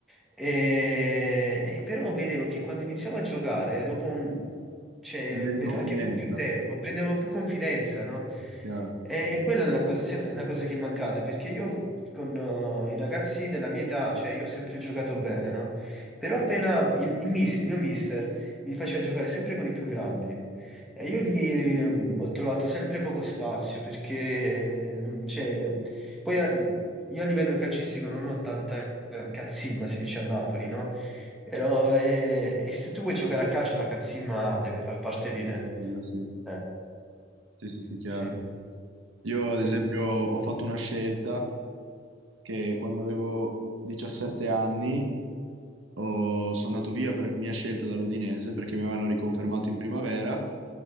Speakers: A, in the centre; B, on the right (about 75°).
A: E... e però vedevo che quando iniziavo a giocare, dopo un- cioè,
B: Quindi di
A: per-
B: confidenza,
A: anche per più tempo, prendevo più confidenza, no?
B: chiaro.
A: E quella è la cosa, è la cosa che è mancata, perché io con eh, i ragazzi della mia età, cioè io ho sempre giocato bene, no? Però appena il, il miss- il mio mister mi faceva giocare sempre con i più grandi e io lì ehm, ho trovato sempre poco spazio perché, ehm, cioè, poi eh, io a livello calcistico non ho tanta eh, cazzimma, si dice a Napoli, no? Però, eh, e se tu vuoi giocare a calcio la cazzimma deve far parte di te.
B: Quella sì.
A: Eh,
B: Sì, sì, sì, chiaro.
A: sì.
B: Io ad esempio
A: Mm.
B: ho fatto una scelta che quando avevo 17 anni ho- sono andato via per mia scelta dall'Udinese perché mi avevano riconfermato in primavera